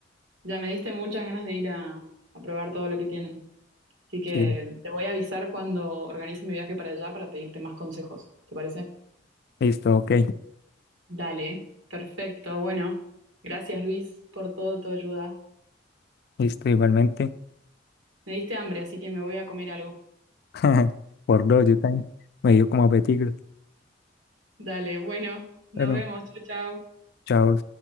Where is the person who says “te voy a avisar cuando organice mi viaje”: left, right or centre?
Right